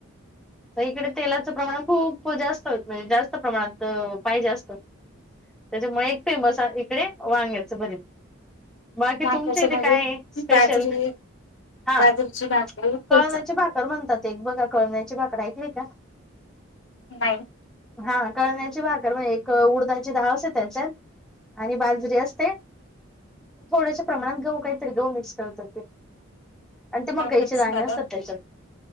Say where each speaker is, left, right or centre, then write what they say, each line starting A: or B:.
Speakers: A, in the centre; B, on the left.
A: आता इकडे तेलाचं प्रमाण खूप जास्त म्हणजे जास्त प्रमाणात अ पाहिजे असतं. त्याच्यामुळे एक फेमस आहे इकडे वांग्याच भरीत, बाकी
B: वांग्याचे
A: तुमच्या इथे
B: भरीत
A: काये स्पेशल?
B: बाजरी
A: हा
B: बाजरीची भाकरी ठेचा
A: कळवण्याचे भाकर म्हणतात एक बघा कळव ची भाकर ऐकली का?
B: नाही.
A: हा कळण्याची भाकर म्हणजे एक उडदाची डाळ असते त्याच्यात. आणि बाजरी असते थोड्याशा प्रमाणात. गहू काय त्यात गहू मिक्स करताते आणि ते मकईचे
B: मिक्स
A: दाणे
B: मध्ये
A: असतात त्याच्यात.